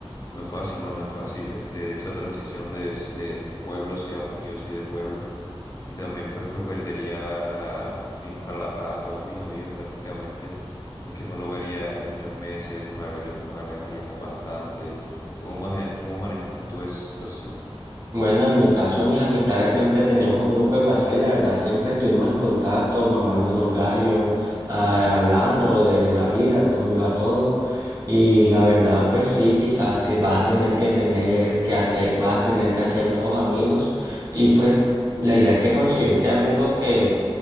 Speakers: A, on the left; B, on the right.
A: no es fácil, no, no es fácil, este, esa transición de, de pueblo a ciudad, porque yo soy de pueblo. Y también pues, pues perdería a, a, mi- a la- a todos mis amigos prácticamente es que no lo vería en muchos meses, nos, alare- nos alejaríamos bastante. ¿Cómo, maje- cómo manejaste tú esa situación?
B: Bueno, en mi caso, mis amistades siempre teníamos un grupo de WhatsApp y la verdad siempre estuvimos en contacto, mamándonos gallos, ah, hablando de la vida, cómo iba todo. Y la verdad, pues sí, quizás te vas a tener que tener que hacer, vas a tener que hacer nuevos amigos. Y pues la idea es que conseguirte amigos que